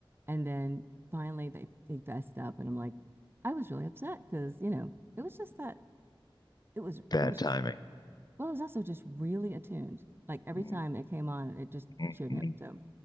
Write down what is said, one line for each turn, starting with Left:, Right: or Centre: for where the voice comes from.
Right: And then finally they, they fessed up, and I'm like, I was really upset because, you know, it was just that it was,
Left: bad
Right: it was
Left: timing.
Right: just, well, it was also just really attuned. Like every
Left: Mm,
Right: time it came on, it just
Left: mm,
Right: cheered
Left: mm,
Right: me up. So,